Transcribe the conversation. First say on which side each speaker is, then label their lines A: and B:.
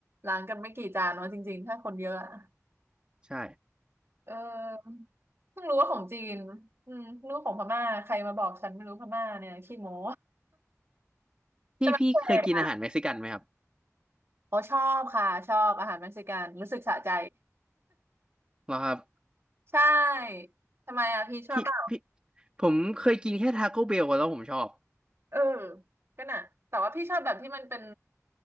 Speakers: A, on the right (about 50°); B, on the right (about 20°).
A: ล้างกันไม่กี่จานเนาะจริงๆถ้าคนเยอะอะ
B: ใช่
A: เออเพิ่งรู้ว่าของจีนอืมเพิ่งรู้ของพม่าใครมาบอกฉันไม่รู้พม่าเนี่ยขี้โม้
B: พี่พี่เคยกินอาหารเม็กซิกันไหมครับ
A: แต่มันเผ็ดอ่ะโอ้ชอบค่ะชอบอาหารเม็กซิกันรู้สึกสะใจ
B: เหรอครับ
A: <laughs> ใช่ทำไมอ่ะพี่ชอบเปล่า
B: พี่พี่ผมเคยกินแค่ทาโก้เบลแล้วผมชอบ
A: เออก็น่ะแต่ว่าพี่ชอบแบบที่มันเป็น